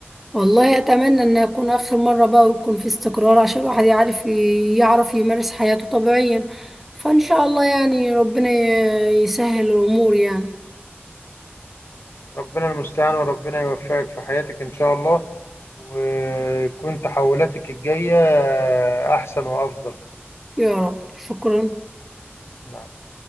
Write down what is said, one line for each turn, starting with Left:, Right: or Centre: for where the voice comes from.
Centre: والله اتمنى ان يكون اخر مره بقى ويكون في استقرار عشان الواحد يعرف يعرف يمارس حياته طبيعيا فان شاء الله يعني ربنا يسهل الامور يعني
Left: ربنا المستعان وربنا يوفقك في حياتك إن شاء الله ويكون تحولاتك الجاية أحسن وأفضل
Centre: يا رب شكرا
Left: نعم.